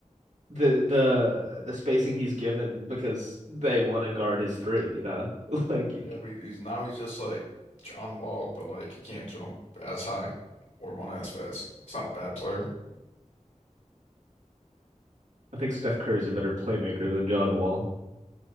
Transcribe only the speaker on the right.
the the the spacing he's given because they want to guard his three. You know, <laughs> like
I think Steph Curry's a better playmaker than John Wall.